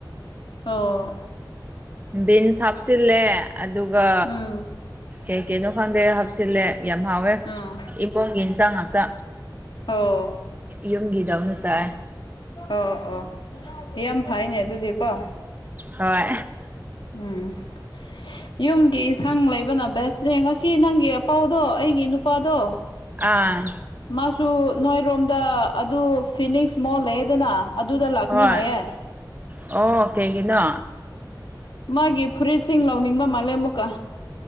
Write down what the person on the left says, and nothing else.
ꯑꯣ
ꯎꯝ
ꯑꯥ
ꯑꯣ
ꯑꯣ ꯑꯣ ꯌꯥꯝ ꯐꯩꯅꯦ ꯑꯗꯨꯗꯤꯀꯣ
ꯎꯝ ꯌꯨꯝꯒꯤ ꯏꯟꯁꯥꯡ ꯂꯩꯕꯅ ꯕꯦꯁꯅꯦ ꯉꯁꯤ ꯅꯪꯒꯤ ꯑꯄꯧꯗꯣ ꯑꯩꯒꯤ ꯅꯨꯄꯥꯗꯣ
ꯃꯥꯁꯨ ꯅꯣꯏꯔꯣꯝꯗ ꯑꯗꯨ ꯐꯤꯅꯤꯛꯁ ꯃꯣꯜ ꯂꯩꯌꯦꯗꯅ ꯑꯗꯨꯗ ꯂꯥꯛꯀꯅꯤ
ꯍꯥꯏꯌꯦ
ꯃꯥꯒꯤ ꯐꯨꯔꯤꯠꯁꯤꯡ ꯂꯧꯅꯤꯡꯕ ꯃꯥꯜꯂꯦ ꯀꯥ